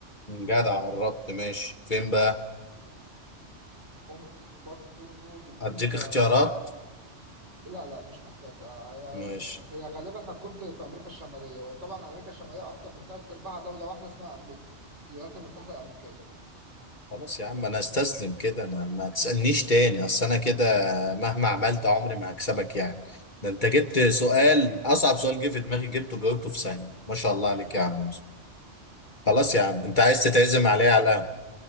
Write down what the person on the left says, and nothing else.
جدع قربت ماشي فين بقى؟
أديك
اختيارات
ماشي
خلاص يا عم انا استسلم كده انا ما تسألنيش تاني اصل انا كده مهما عملت عمري ما هكسبك يعني ده انت جبت سؤال اصعب سؤال جه في دماغي جبته وجاوبته في ثانية ما شاء الله عليك يا عم يوسف خلاص يا عم انت عايز تتعزم عليا على القهوة